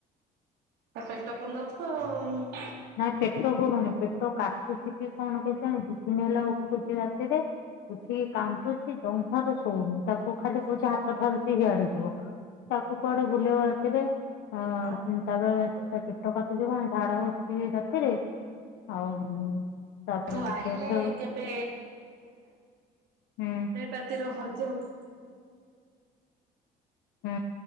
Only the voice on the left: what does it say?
ନାଇଁ ପେଟ ଭୁରୁୁନି ପେଟ କାଟୁଚି କି କଣ କେ ଜାଣି ଦି ଦିନ ହେଲା ଉଠୁଚି ରାତିରେ ଉଠିକି କାନ୍ଦୁଚି ଜମ୍ଭାରୁ ଶଉନି ତାକୁ ଖାଲି କହୁଛି ହା ତ ଠାରୁଚି ହିଆଡେ ଯିବ ତାକୁ କୁଆଡେ ବୁଲେଇବ ରାତିରେ ହିଁ
ତାପରେ
ତା ପେଟ କାଟଛି କଣ ଝାଡା ବସିବି ରାତିରେ ଆଉ ତାପରେ
ଟିକେ
ଖେଳୁ
ହୁଁ।
ହୁଁ।